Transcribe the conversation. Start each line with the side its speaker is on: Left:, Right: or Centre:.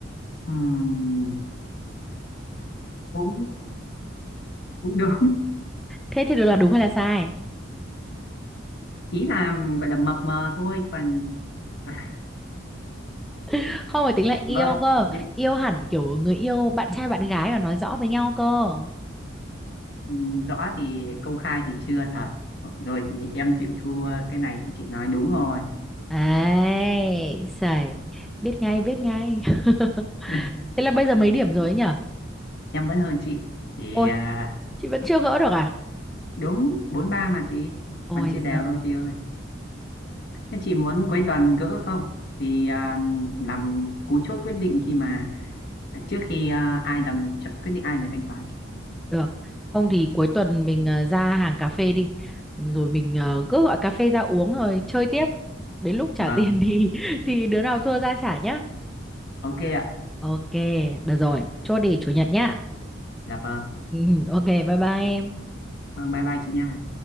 Left: Ừm, cũng cũng đúng. <laughs>
Centre: thế thì được là đúng hay là sai
Left: Ý là gọi là mập mờ thôi, còn <laughs>
Centre: <laughs> không phải tính là yêu
Left: vâng,
Centre: cơ
Left: nhưng
Centre: yêu hẳn kiểu người yêu bạn trai bạn gái mà nói rõ với nhau cơ
Left: ừm, rõ thì công khai thì chưa thật. Rồi thì em chịu thua cái này thì chị nói đúng rồi.
Centre: ấy sẩy biết ngay biết ngay <laughs>
Left: <laughs>
Centre: thế là bây giờ mấy điểm rồi ấy nhở
Left: Em vẫn hơn chị. Thì
Centre: ôi
Left: à,
Centre: chị vẫn chưa gỡ được à
Left: đúng bốn ba mà chị còn
Centre: ôi
Left: chia đều
Centre: giời
Left: thôi chị ơi thế chị muốn cuối tuần gỡ không thì à, làm cú chốt quyết định khi mà à, trước khi à, ai làm ch- quyết định ai phải thanh toán
Centre: Được. Không thì cuối tuần mình ờ, ra hàng cà phê đi. Rồi mình ờ, cứ gọi cà phê ra uống rồi chơi tiếp. Đến lúc trả
Left: vâng
Centre: tiền thì <laughs> thì đứa nào thua ra trả nhá.
Left: ok ạ
Centre: Ok, được rồi. Chốt đi chủ nhật nhá.
Left: dạ vâng
Centre: Ừ, ừ. ok, bye bye em.
Left: vâng bye bye chị nha